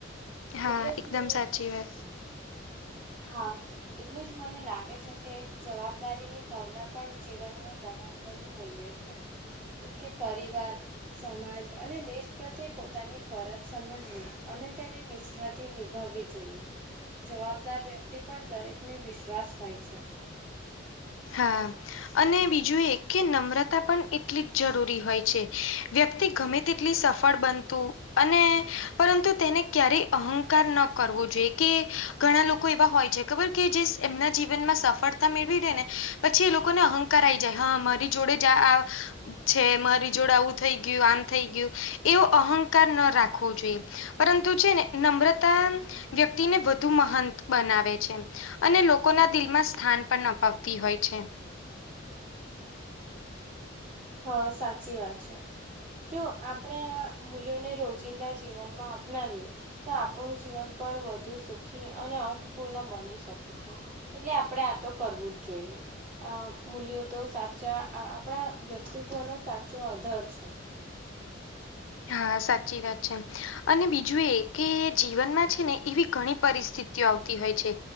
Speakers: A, on the left (about 85°); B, on the right (about 40°).
A: હા
B: એટલે જ
A: એકદમ
B: મને
A: સાચી વાત
B: હા એટલે જ મને લાગે છે કે જવાબદારીની ભાવના પણ જીવનનું મહત્વનું મૂલ્ય છે કેમ કે પરિવાર સમાજ અને દેશ પ્રત્યે પોતાની ફરજ સમજવી અને તેને નિ ષ્ઠાતી નિભાવવી જોઈએ. જવાબદાર વ્યક્તિ પણ દરેકને વિશ્વાસ હોય છે.
A: હા અને બીજું એ કે નમ્રતા પણ એટલી જ જરૂરી હોય છે. વ્યક્તિ ગમે તેટલી સફળ બનતું અને પરંતુ તેને ક્યારેય અહંકાર ન કરવુ જોઈ કે ઘણા લોકો એવા હોય છે ખબર કે જે એમના જીવનમાં સફળતા મેળવી લેય ને પછી એ લોકોને અહંકાર આવી જાય હા મારી જોડે જ આ આ છે મારી જોડે આવું થઈ આમ થઈ ગયું એવો અહંકાર ન રાખવો જોઈએ. પરંતુ છે ને નમ્રતા વ્યક્તિને વધુ મહંત બનાવે છે. અને લોકો દિલમાં સ્થાન પણ અપાવતી છે.
B: હા સાચી વાત છે. જો આપણે આ મૂલ્યોને રોજિંદા જીવનમાં અપનાવીએ. તો આપણું જીવન પણ વધુ સુખી અને અર્થપૂર્ણ બની શકે છે. એટલે આ તો કરવું જ જોઈએ, અ મૂલ્યો તો સાચા આપણા વ્યક્તિત્વનો સાચો આધર છે.
A: હા સાચી વાત છે. અને બીજું એ કે જીવનમાં છે ને એવી ઘણી પરિસ્થિતિઓ આવતી હોય છે.